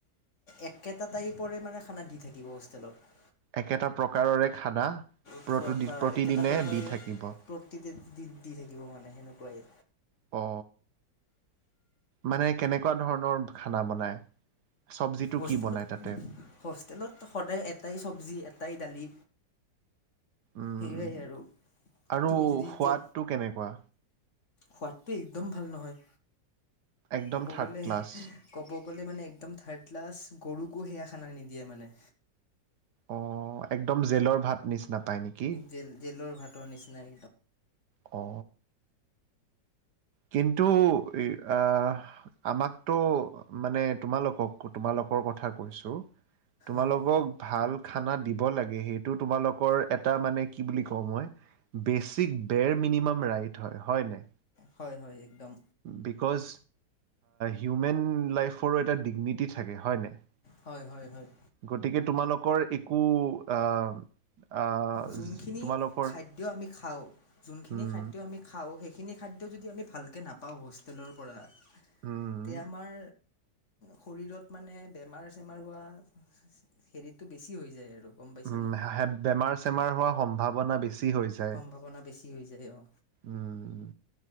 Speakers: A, on the left; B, on the right.
A: এক কেইটা তাই পৰে মানে খানা দি থাকিব হোষ্টেলত।
B: একেটা প্ৰকাৰৰে খানা প্ৰতি
A: প্ৰকাৰ
B: প্ৰতিদিনে
A: একেটা প্ৰকাৰৰ
B: দি থাকিব
A: প্ৰকৃতি দি দি থাকিব মানে সেনেকুৱাই
B: অ। মানে কেনেকুৱা ধৰণৰ খানা বনাই? চব্জিটো
A: হোষ্টেলত,
B: কি বনাই তাতে
A: হোষ্টেলত সদায় এটাই চবজি এটাই ই দালি
B: উম,
A: সেয়াই আৰু
B: আৰু
A: তুমি যদি
B: সোৱাদটো
A: এতিয়া
B: কেনেকুৱা?
A: সোৱাদটো একদম ভাল নহয়।
B: একদম
A: ক'ব
B: থাৰ্ড
A: গ'লে
B: ক্লাছ
A: ক'ব বলে মানে একদম থাৰ্ড ক্লাছ, গৰুকো সেয়া খানা নিদিয়ে মানে
B: অ একদম জেলৰ ভাত নিচিনা। পায় নেকি?
A: জেল জেলৰ ভাতৰ নিচিনা একদম।
B: অ। কিন্তু আহ, আমাকতো মানে তোমালোকক, তোমালোকৰ কথা কৈছো তোমালোকক
A: অঁ
B: ভাল খানা দিব লাগে সেইটো তোমালোকৰ এটা মানে কি বুলি কওঁ মই, বেচিক বেৰ মিনিমাম ৰাইট হয়, হয় নে?
A: হয় হয় একদম।
B: বিকজ, হিউমেন লাইফৰো এটা ডিগনিটি থাকে হয় নাই
A: হয় হয় হয়
B: গতিকে তোমালোকৰ একো আহ আহ,
A: যোনখিনি
B: তোমালোকৰ
A: খাদ্য আমি খাওঁ যোনখিনি
B: হুম
A: খাদ্য আমি খাওঁ সেইখিনি খাদ্য যদি আমি ভালকে নাপাওঁ হোষ্টেলৰ পৰা
B: উম
A: তে আমাৰ শৰীৰত মানে বেমাৰ চেমাৰ হোৱা হেৰিটো বেছি হৈ যায় আৰু। গম পাইছানে
B: উম, বেমাৰ চেমাৰ হোৱা সম্ভাৱ বনা বেচি। হৈ যায়।
A: সম্ভাৱনা বেছি হৈ যায় অ।
B: উম